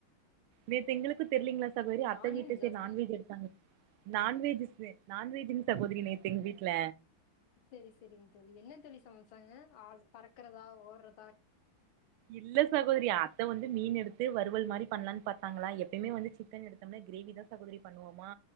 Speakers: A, on the right; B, on the left.
A: நெத் எங்களுக்கு தெரியலீங்களா சகோதரி
B: நான்வெஜ்ஜா
A: அத்த வீட்ல சரி
B: செரி
A: நான்வெஜ் எடுத்தாங்க நான்வெஜஸ்ஷு நான்வஜ்ஜூங் சகோதரி நேத்து எங்க வீட்டுல
B: சேரி சேரிங்க தோழி என்ன தோழி சமைச்சாங்க ஆ பறக்குறதா ஓடுற
A: இல்ல சகோதரி அத்த வந்து மீன் எடுத்து து வருறுவல் மாரி பண்ணலாம்னு பாத்தாங்கள எப்பமே வந்து சிக்கன் எடுத்த கிரேவி தான் சகோரி பண்ணுவோமா